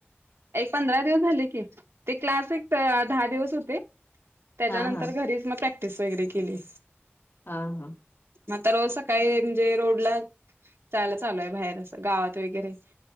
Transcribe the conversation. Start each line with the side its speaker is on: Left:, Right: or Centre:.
Right: एक पंधरा दिवस झाले की ते क्लास एक दहा दिवस होते त्याच्यानंतर
Left: हा हा
Right: घरीच मग प्रॅ वगैरे केली
Left: हा हा
Right: मग आता रोज सकाळी म्हणजे रोडला जायला चालू आहे बाहेर अस गावात वगैरे